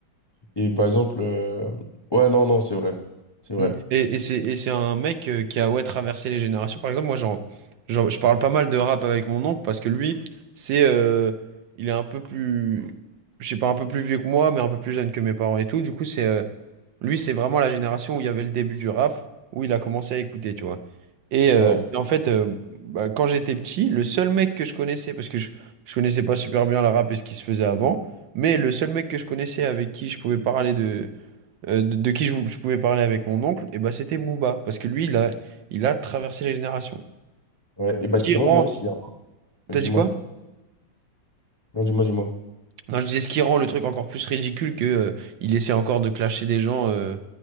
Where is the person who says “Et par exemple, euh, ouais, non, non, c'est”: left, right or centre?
Left